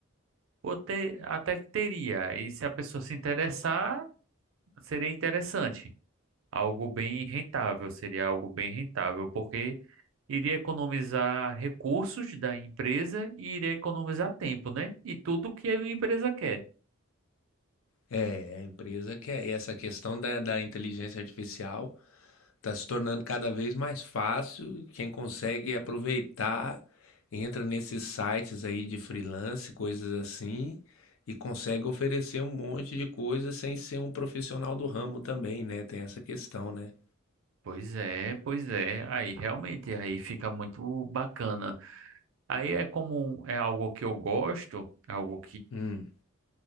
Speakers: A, on the right (about 65°); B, on the left (about 70°).
A: Ou ter, até que teria. E se a pessoa se interessar, seria interessante. Algo bem rentável, seria algo bem rentável, porque iria economizar recursos da empresa e iria economizar tempo, né? E tudo que a empresa quer.
B: É, a empresa quer essa questão da, da inteligência artificial. Está se tornando cada vez mais fácil. Quem consegue aproveitar, entra nesses sites aí de freelance, coisas assim, e consegue oferecer um monte de coisa sem ser um profissional do ramo também, né? Tem essa questão, né?
A: Pois é, pois é. Aí realmente aí fica muito bacana. Aí é como é algo que eu gosto, é algo
B: Hum,